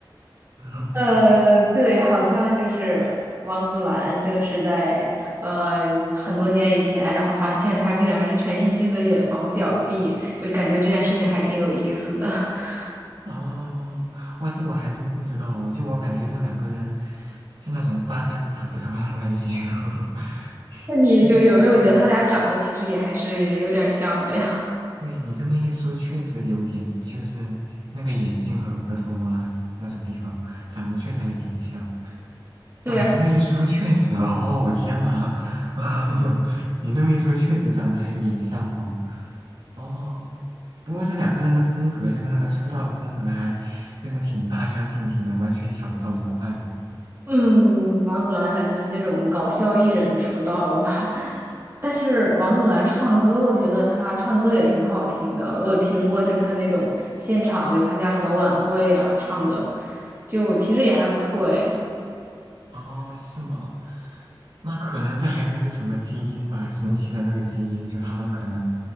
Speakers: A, on the right; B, on the right.
A: <laughs>
B: 呃，对，好像就是王祖蓝，就是在呃很多年以前，然后发现他竟然是陈奕迅的远房表弟，就是感觉这件事情还挺有意思的。<laughs>
A: 哦，哇，这我还真不知道哦，就我感觉这两个人是那种八竿子打不着的关系，<laughs>
B: 那你就有没有觉得他俩长得其实也还是有点儿像的呀？
A: 就，嗯，对你这么一说，确实有点，就是那个眼睛和额头啊那种地方长得确实还有点像。
B: <laughs> 对呀，
A: 哇，你这么一说，确实哦，哦，我天呐，<laughs> 你这么一说，确实长得还有点像哦。哦，不过这两个人的风格，就是那个出道的风格还，就是挺大相径庭的，完全想不到一块呢。
B: 嗯，王祖蓝感觉是那种搞笑艺人出道吧，<laughs> 但是王祖蓝唱歌，我觉得他唱歌也挺好听的，我有听过，就他那种现场就参加什么晚会啊唱的，就其实也还不错诶。
A: 哦，是吗？那可能这还真是什么基因吧，神奇的那个基因，就他们可能